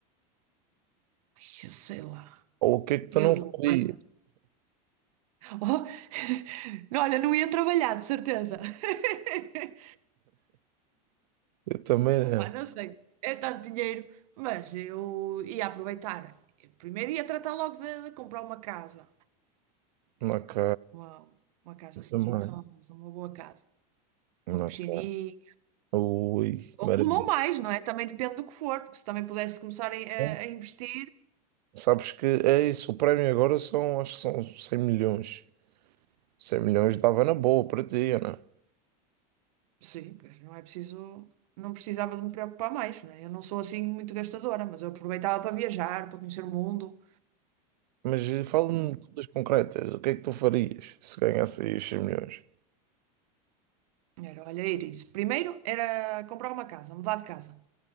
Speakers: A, on the right (about 60°); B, on the right (about 85°).
A: Ai, eu sei lá.
B: Ou o que é que tu
A: Eu,
B: não farias?
A: olha, oh, <laughs> não, olha, não ia trabalhar, de certeza. <laughs>
B: Eu também não.
A: Opa, não sei, é tanto dinheiro, mas eu ia aproveitar. Eu Primeiro ia tratar logo de, de comprar uma casa,
B: Ok,
A: uma, uma casa
B: eu
A: assim
B: também.
A: jeitosa, uma boa casa,
B: Ok.
A: uma piscininha,
B: Ui, maravilha.
A: rumam mais, não é? Também depende do que for, porque se também pudesse começar a, a-
B: Bom,
A: a investir,
B: Sabes que é isso, o prémio agora são, acho que são 100 milhões. cem milhões dava na boa para ti, Ana.
A: sim, pois não é preciso, não precisava de me preocupar mais, não é? Eu não sou assim muito gastadora, mas eu aproveitava para viajar, para conhecer o mundo.
B: Mas eh, fala-me
A: Hum,
B: de coisas concretas, o que é que tu farias se ganhasse aí os 100 milhões?
A: Era, olha, era isso. Primeiro era comprar uma casa, mudar de casa.